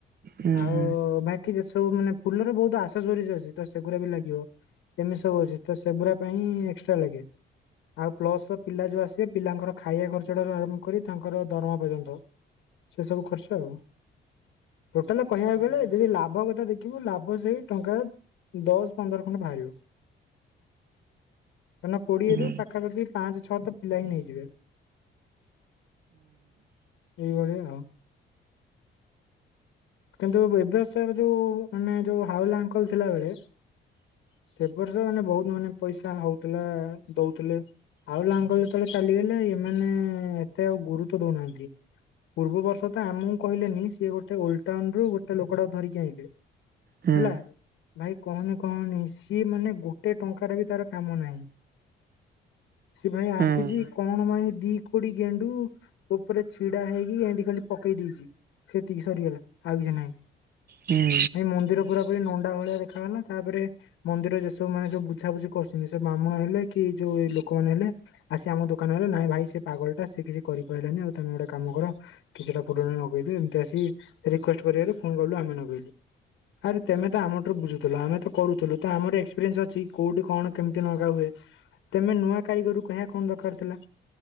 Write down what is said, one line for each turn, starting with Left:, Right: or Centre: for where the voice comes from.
Right: ହୁଁ
Left: ଆଉ
Right: ହୁଁ ହୁଁ।
Left: ବାକି ଯେ ସବୁ ମାନେ ଫୁଲରେ ବହୁତ ଆଶା ଜରି ଅଛି ତ ସେଗୁଡ଼ା ବି ଲାଗିବ। ଏମିତି ସବୁ ଅଛି ତ ସେଗୁଡା ପାଇଁ ଏକ୍ସଟ୍ରା ଲାଗେ। ଆଉ ପ୍ଲସ ପିଲା ଯୋଉ ଆସିବେ ପିଲାଙ୍କର ଖାଇବା ଖର୍ଚ୍ଚ ଠାରୁ ଆରମ୍ଭ କରି ତାଙ୍କର ଦରମା ପର୍ଯ୍ୟନ୍ତ। ସେ ସବୁ ଖର୍ଚ୍ଚ ଆଉ ଟୋଟାଲ କହିବାକୁ ଗଲେ ଯଦି ଲାଭ କଥା ଦେ କିନ୍ତୁ ଲାଭ ସେଇ ଟଙ୍କା ଦଶ, ପନ୍ଦର ଖଣ୍ଡ ବାହାରିବ। କାରଣ କୋଡିଏରୁ
Right: ହୁଁ
Left: ପାଖାପାଖି ପାଞ୍ଚ, ଛଅ ତ ପିଲା ହିଁ ନେଇଯିବେ। ଏଇ ଭଳିଆ ଆଉ। କିନ୍ତୁ ବ୍ୟବସାୟରେ ଯୋଉ। ମାନେ ଯୋଉ ହାଉଲା ଅଙ୍କଲ ଥିଲାବେଳେ। ସେ ବର୍ଷ ମାନେ ବହୁତ ମାନେ ପଇସା ହଉଥିଲା ଦଉଥିଲେ। ହାଉଲା ଅଙ୍କଲ ଯେତେବେଳେ ଚାଲିଗଲେ ଏମାନେ ଏତେ ଆଉ ଗୁରୁତ୍ୱ ଦଉନାହାନ୍ତି। ପୂର୍ବ ବର୍ଷ ତ ଆମକୁ କହିଲେନି ସିଏ ଗୋଟେ ଓଲ ଟାଉନରୁୁ ଗୋଟେ ଲୋକଟାକୁ ଧରିକି ଆଇଁଲେ।
Right: ହୁଁ
Left: ହେଲା ଭାଇ କହନି କହନି ସିଏ ମାନେ ଗୋଟେ ଟଙ୍କାରେ ବି ତାର କାମ ନାହିଁ। ସେ ଭାଇ ଆସିଛି
Right: ହୁଁ
Left: କଣ ପାଇଁ ଦି କୋଡି ଗେଣ୍ଡୁ। ଉପରେ ଛିଡା ହେଇକି ଏମିତି ଖାଲି ପକେଇ ଦେଇଛି ସେତିକି ସରିଗଲା ଆଉ କିଛି ନାହିଁ।
Right: ହୁଁ
Left: ଭାଇ ମନ୍ଦିର ପୁରା ପୁରି ନଣ୍ଡା ଭଳିଆ ଦେଖାଗଲା ତାପରେ। ମନ୍ଦିରରେ ଯେ ସବୁ ମାନେ ଯୋଉ ବୁଝାବୁଝି କରୁଛନ୍ତି ସେ ବ୍ରାହ୍ମଣ ହେଲେ କି ଏ ଯୋଉ ଏଇ ଲୋକମାନେ ହେଲେ। ଆସି ଆମ ଦୋକାନରେ <unintelligible> ନାଇଁ ଭାଇ ସେ ପାଗଳ ଟା ସେ କିଛି କରିପାରିଲାନି ଆଉ ତମେ ଗୋଟେ କାମ କର। କିଛିଟା ଫୁଲ ଆଣି ନଗେଇ ଦିଅ ଏମିତି ଆସି ରିକୁଏଷ୍ଟ କରିବାରୁ ଫୁଣି ଗଲୁ ଆମେ ନଗେଇଲୁ। ଆରେ ତେମେ ତ ଆମ ଠାରୁ ବୁଝୁଥିଲ ଆମେ ତ କରୁଥିଲୁ ତ ଆମର ଏକ୍ସପିରିଏନ୍ସ ଅଛି କୋଉଠି କଣ କେମିତି ନଗା ହୁଏ। ତେମେ ନୂଆ କାରିଗର କୁ କହିବା କଣ ଦରକାର ଥିଲା